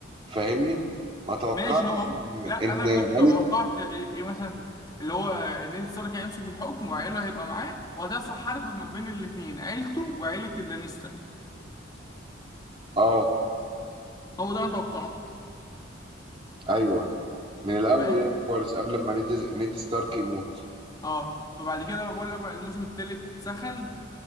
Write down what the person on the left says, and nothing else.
ماشي هو هو-
لا
أنا أنا كنت
توقعت إيه إيه مثلا اللي هو نيد ستارك هيمسك الحكم وعيله هيبقى معاه وهتحصل حرب ما بين الاتنين عيلته وعيلة اللانستر
هو ده أنا توقعته
فاهم
اه فبعد كده بقى بقول لك بقى الموسم التالت سخن